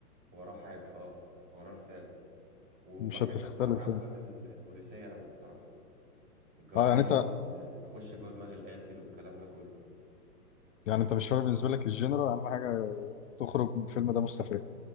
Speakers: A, on the right (about 20°); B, on the left (about 55°).
A: وراه حاجه اه وراه رساله وبحب
B: مش هتخسر
A: بصراحه
B: الفيلم
A: افلام ال- البوليسيه قوي بصراحه الجرايم
B: طبعا يعني انت
A: و... وتخش جوه دماغ القاتل والكلام ده كله
B: يعني انت مش فارق بالنسبه لك الجنرا اهم حاجه تخرج من الفيلم ده مستفاد